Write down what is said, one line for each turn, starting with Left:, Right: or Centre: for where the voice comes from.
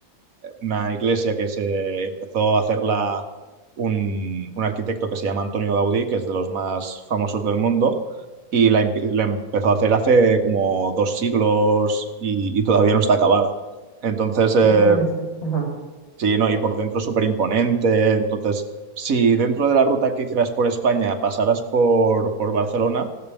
Right: una iglesia que se empezó a hacerla un, un arquitecto que se llama Antonio Gaudí, que es de los más famosos del mundo, y la, empe- la empezó a hacer hace como dos siglos y, y todavía no está acabada. Entonces, eh,
Left: Ah, Imagínese. Ajá.
Right: sí, no, y por dentro es súper imponente. Entonces, si dentro de la ruta que hicieras por España pasaras por, por Barcelona,